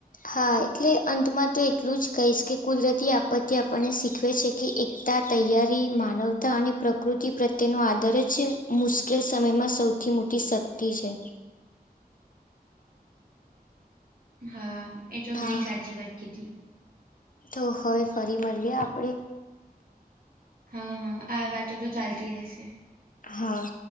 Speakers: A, on the left; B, on the right.
A: હા એટલે અંતમાં તો એટલું જ કહીશ કે કુદરતી આપત્તિ આપણને શીખવે છે કે એકતા તૈયારી માનવતા અને પ્રકૃતિ પ્રત્યેનો આદર જ છે મુશ્કેલ સમયમાં સૌ થી મોટી શક્તિ છે.
B: હા એ તો ઘણી
A: હા
B: સાચી વાત કીધી.
A: તો હવે ફરી મલીએ આપડે
B: હાં હાં આ વાતો તો ચાલતી રહેશે
A: હા